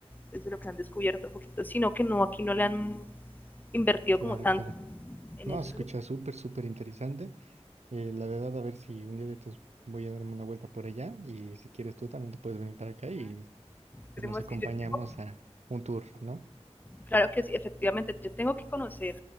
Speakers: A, on the left (about 15°); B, on the right (about 80°).
A: es de lo que han descubierto un poquito, sino que no, aquí no le han invertido
B: Claro,
A: como tanto
B: claro.
A: en
B: No,
A: ese
B: se escucha súper, súper interesante. Eh, la verdad, a ver si un día de estos voy a darme una vuelta por allá y si quieres tú también te puedes venir para acá y,
A: tenemos
B: y nos acompañamos
A: que yo tengo
B: a un tour, ¿no?
A: Claro que sí, efectivamente, yo tengo que conocer